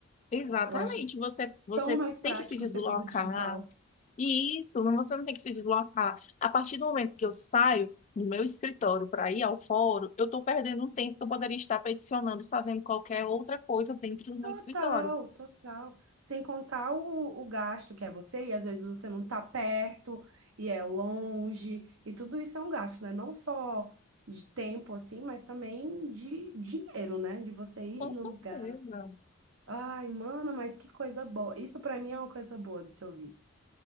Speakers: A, on the left; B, on the right.
A: Exatamente,
B: Eu acho
A: você, você
B: tão mais prático
A: tem que se deslocar,
B: ser tudo digital.
A: E isso, não- você não tem que se deslocar. A partir do momento que eu saio do meu escritório para ir ao fórum, eu estou perdendo um tempo que eu poderia estar peticionando, e fazendo qualquer outra coisa dentro do meu
B: Total,
A: escritório.
B: total. Sem contar o, o gasto que é você, e às vezes você não tá perto e é longe, e tudo isso é um gasto, né? Não só de tempo, assim, mas também de dinheiro, né? De você ir
A: Com certeza.
B: no lugar. Ai, mano, mas que coisa boa. Isso pra mim é uma coisa boa de se ouvir.